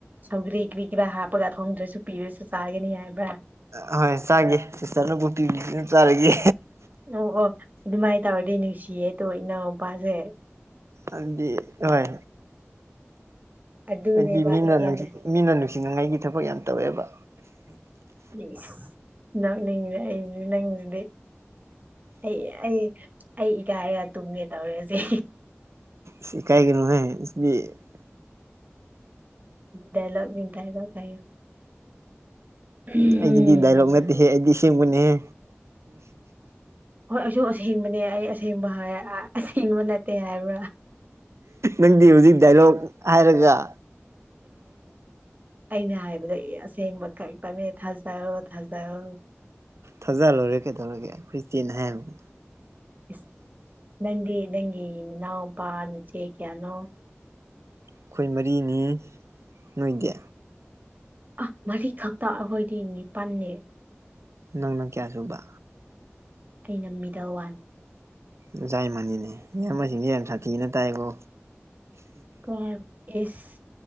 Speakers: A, on the right; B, on the right.
A: ꯁꯧꯒ꯭ꯔꯤ ꯀ꯭ꯔꯤ ꯀꯔꯥ ꯍꯥꯞꯄꯒ ꯊꯣꯡꯗ꯭ꯔꯁꯨ ꯄꯤꯔꯁꯨ ꯆꯥꯒꯅꯤ ꯍꯥꯏꯕ꯭ꯔꯥ?
B: ꯑ ꯍꯣꯏ ꯆꯥꯒꯦ ꯁꯤꯁꯇꯔꯅꯕꯨ ꯄ <unintelligible> ꯆꯥꯔꯒꯦ
A: ꯑꯣ ꯑꯣ ꯑꯗꯨꯃꯥꯏꯅ ꯇꯧꯔꯗꯤ ꯅꯨꯡꯁꯤꯌꯦꯗꯣ ꯏꯅꯥꯎꯄꯥꯁꯦ꯫
B: ꯑꯗꯨꯗꯤ ꯑꯣꯏ꯫
A: ꯑꯗꯨꯅꯦꯕ
B: ꯑꯩꯗꯤ ꯃꯤꯅ-ꯃꯤꯅ
A: ꯏꯆꯦꯅ
B: ꯅꯨꯡꯁꯤꯅꯤꯡꯉꯥꯏꯒꯤ ꯊꯕꯛ ꯌꯥꯝ ꯇꯧꯋꯦꯕ꯫
A: ꯪꯏꯖ ꯅꯣꯛꯅꯤꯡꯒ꯭ꯔꯦ ꯑꯩꯖꯤ-ꯅꯪꯖꯤꯗꯤ꯫ ꯑꯩ-ꯑꯩ-ꯑꯩ ꯏꯀꯥꯏꯔꯒ ꯇꯨꯝꯒꯦ ꯇꯧꯔꯦꯁꯤ꯫
B: ꯏꯖ ꯏꯀꯥꯏꯒꯅꯨꯍꯦ <unintelligible>
A: ꯗꯥꯏꯂꯛ ꯅꯤ ꯗꯥꯏꯂꯣꯛ ꯍꯥꯏꯌꯨ꯫ ꯎꯝ
B: ꯑꯩꯒꯤꯗꯤ ꯗꯥꯏꯔꯣꯛ ꯅꯠꯇꯦꯍꯦ ꯑꯩꯗꯤ ꯑꯁꯦꯡꯕꯅꯦꯍꯦ꯫
A: ꯍꯣꯏ ꯑꯩꯁꯨ ꯑꯁꯦꯡꯕꯅꯦ ꯑꯩ ꯑꯁꯦꯡꯕ ꯍꯥꯏ ꯑꯁꯦꯡꯕ ꯅꯠꯇꯦ ꯍꯥꯏꯕ꯭ꯔꯥ꯫
B: ꯅꯪꯗꯤ ꯍꯧꯖꯤꯛ ꯗꯥꯏꯂꯣꯛ ꯍꯥꯏꯔꯒ
A: ꯑꯩꯅ ꯍꯥꯏꯕꯗ ꯑꯁꯦꯡꯕ ꯈꯛꯇꯅꯦ ꯊꯥꯖꯔꯣ-ꯊꯥꯖꯔꯣ
B: ꯊꯖꯔ ꯂꯣꯏꯔꯦ ꯀꯩꯗꯧꯔꯒꯦ ꯑꯩꯈꯣꯏ ꯆꯦꯅ ꯍꯥꯏꯌꯦꯕꯨ꯫
A: ꯏꯁ ꯅꯪꯗꯤ ꯅꯪꯒꯤ ꯅꯅꯥꯎꯄꯥꯥ ꯅꯆꯦ ꯀꯌꯥꯅꯣ?
B: ꯑꯩꯈꯣꯏ ꯃꯔꯤꯅꯤ ꯅꯣꯏꯗꯤ꯫
A: ꯑ ꯃꯔꯤ ꯈꯛꯇ ꯑꯩꯈꯣꯏꯗꯤ ꯅꯤꯄꯜꯅꯦ꯫
B: ꯅꯪꯅ ꯀꯌꯥ ꯁꯨꯕ꯫
A: ꯑꯩꯅ ꯃꯤꯗꯜ ꯋꯥꯟ꯫
B: ꯑꯣꯖꯥ ꯏꯃꯅꯤꯅꯦ ꯏꯌꯥꯝꯕꯁꯤꯡꯁꯦ ꯌꯥꯝ ꯁꯥꯊꯤꯅ ꯇꯥꯏꯀꯣ?
A: <unintelligible> ꯏꯁ